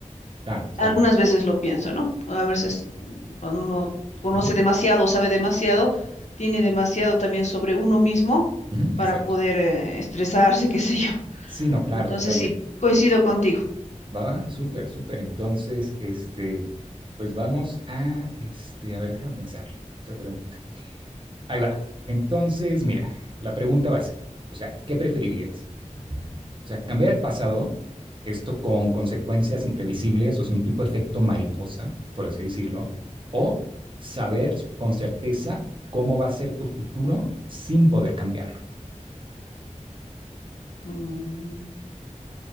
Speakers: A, on the right; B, on the left.
A: claro, claro,
B: Algunas veces lo pienso, ¿no? A veces mm, cuando uno conoce
A: uh-huh,
B: demasiado, sabe demasiado, tiene demasiado también sobre uno mismo
A: uh-huh,
B: para
A: exacto.
B: poder eh, estresarse, <laughs> qué sé yo.
A: Sí, no, claro,
B: Entonces
A: totalmente.
B: sí, coincido contigo.
A: Va, súper, súper. Entonces, este, pues vamos a, este, a ver, déjame pensar, otra pregunta. Ahí va. Entonces, mira, la pregunta va así. O sea, ¿qué preferirías? O sea, cambiar el pasado, esto con consecuencias imprevisibles, o sea, un tipo de efecto mariposa, por así decirlo, o saber con certeza cómo va a ser tu futuro sin poder cambiarlo.
B: Mm,